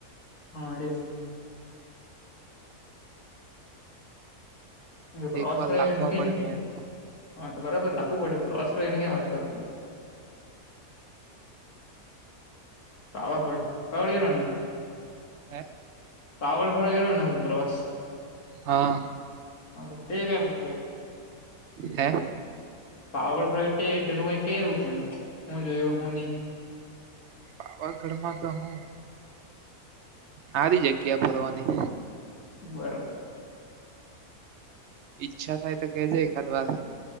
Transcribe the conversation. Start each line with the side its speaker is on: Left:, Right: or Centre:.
Left: હા તેજને પ્રવાસ
Right: એક વાર
Left: ફરી આવ્યા
Right: લાખવા
Left: એનું કેની
Right: પડે
Left: કય
Right: મેન
Left: હ તો બરાબર લખવું પડે પ્રવાસ ફરી આવ્યા એને કઈ વાત કરતું. પાવાગઢ પવાગઠ ગેલો ને
Right: હે
Left: પાવાગઢ ફરવા ગેલો ને પ્રવાસ
Right: હા
Left: હા તો તે કેમ કે
Right: હે
Left: પાવાગઢ ફરવા ગેલો તે તેનું કય કે એમ કેમ હુ જોયું હું ની
Right: પાવાગઢ માં તો હું સારી જગ્યા ફરવાની
Left: બરાબર
Right: ઈચ્છા થાય તો કે જે એકાદ વાર